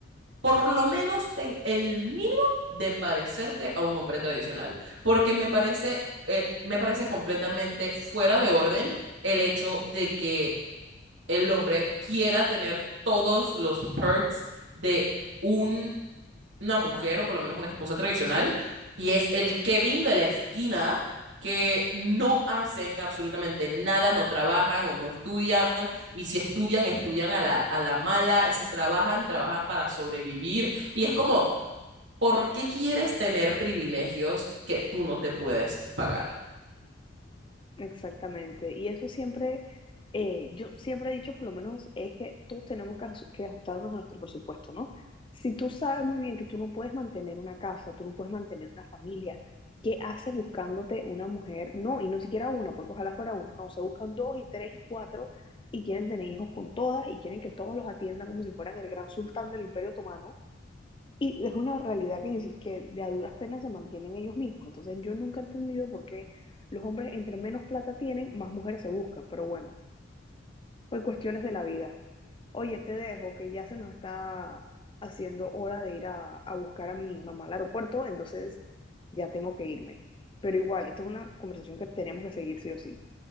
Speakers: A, on the right; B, on the left.
A: por lo menos ten el mínimo de parecerte a un hombre tradicional, porque me parece, eh, me parece completamente fuera de orden el hecho de que el hombre quiera tener todos los perks de un una mujer o por lo menos una esposa tradicional, y es el Kevin de la esquina que no hacen absolutamente nada, no trabajan o no estudian, y si estudian, estudian a la, a la mala, si trabajan, trabajan para sobrevivir, y es como, ¿por qué quieres tener privilegios que tú no te puedes pagar?
B: Exactamente. Y eso siempre, eh, yo siempre he dicho, por lo menos, es que todos tenemos que, as- que ajustarnos a nuestro presupuesto, ¿no? Si tú sabes muy bien que tú no puedes mantener una casa, tú no puedes mantener una familia, ¿qué haces buscándote una mujer? No, y no siquiera una, porque ojalá fuera una, no, se buscan dos y tres y cuatro y quieren tener hijos con todas y quieren que todos los atiendan como si fueran el gran sultán del Imperio Otomano. Y es una realidad que, ni si- que de a duras penas se mantienen ellos mismos. Entonces yo nunca he entendido por qué los hombres entre menos plata tienen, más mujeres se buscan. Pero bueno, por cuestiones de la vida. Oye, te dejo, que ya se nos está haciendo hora de ir a, a buscar a mi mamá al aeropuerto, entonces ya tengo que irme. Pero igual, esto es una conversación que tenemos que seguir sí o sí.